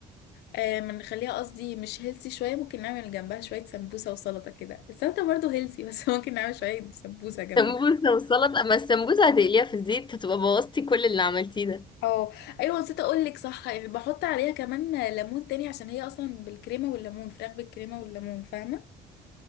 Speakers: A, on the left; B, on the left.
A: آه ما نخليها قصدي مش هيلسي شوية ممكن نعمل جنبها شوية سمبوسة وسلطة كده السلطة برضو هيلسي بس <laughs> ممكن نعمل شوية سمبوسة جنبها
B: سمبوسه والسلطه اما السمبوسه هتقليها في الزيت هتبقى بوظتي كل اللي عملتيه ده
A: اه ايوه نسيت اقول لك صح يعني بحط عليها كمان ليمون تاني عشان هي اصلا بالكريمة والليمون فراخ بالكريمة والليمون فاهمة